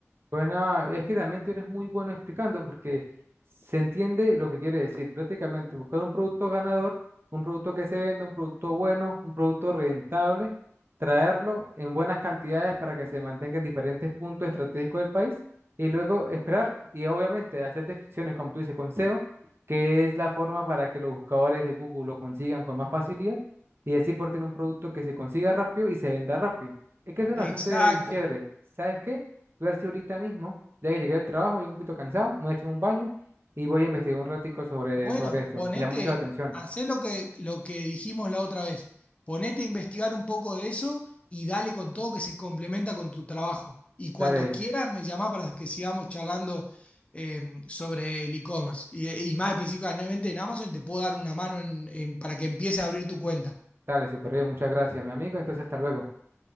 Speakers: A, on the right; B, on the left.
A: Bueno, es que también tú eres muy bueno explicando porque se entiende lo que quiere decir. Prácticamente buscar un producto ganador, un producto que se venda, un producto bueno, un producto rentable, traerlo en buenas cantidades para que se mantenga en diferentes puntos estratégicos del país y luego esperar y obviamente hacer descripciones, como tú dices, con SEO, que es la forma para que los buscadores de Google lo consigan con más facilidad y así por tener un producto que se consiga rápido y se venda rápido. Es que suena
B: Exacto.
A: bastante chévere. ¿Sabes qué? Voy a ver si ahorita mismo, ya que llegué del trabajo, voy un poquito cansado, me voy a echar un baño y voy a investigar un ratico sobre,
B: Bueno,
A: sobre esto.
B: ponete,
A: Me llama mucho la atención.
B: hacé lo que, lo que dijimos la otra vez. Ponete a investigar un poco de eso y dale con todo que se complementa con tu trabajo. Y cuando
A: Dale,
B: quieras, me llamás para que sigamos charlando eh, sobre el e-commerce. Y, y más específicamente en Amazon, te puedo dar una mano en- en- para que empieces a abrir tu cuenta.
A: dale, súper bien, muchas gracias, mi amigo. Entonces, hasta luego.